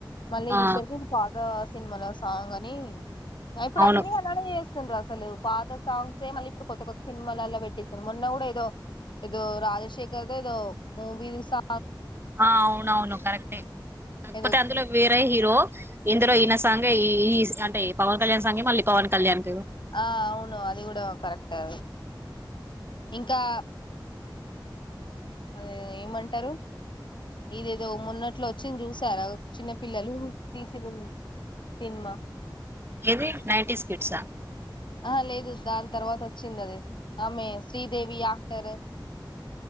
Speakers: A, on the left; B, on the right.
A: మళ్ళీ
B: ఆ
A: చూసరికి ఇది బాగా సినిమాలో సాంగ్ అని అ ఇప్పుడు
B: అవును
A: అన్ని అలానే చేస్ అసలు పాత సాంగ్స్ మళ్ళీ ఇప్పుడు కొత్త కొత్త సినిమాలు అలా పెట్టటి నేన్ మోన్న కూడా ఏదో ఏదో రాజశేఖర్దో ఏదో మూవీ జూసా
B: ఆ అవునవును కరెక్టే ఉ కాకపోతే
A: ఏదో
B: అందులో వేరే హీరో ఇందులో ఈన సాంగె ఈ అంటే పవన్ క్యాణం సాంగె మళ్ళీ పవన్ కళ్యాన్
A: ఆ అవును అది కూడా కరెక్ట్ అ ఇంకా అదే ఏమంటారు ఇదేదో మొన్నట్లో ఒచ్చింది చూసారా చిన్న పిల్లలు తీసిన సినిమా
B: ఎది నైన్టీస్ కిడ్సా
A: ఆ లేదు దాం తర్వాత ఒచ్చింది అది ఆమె శ్రీదేవి యాక్టరు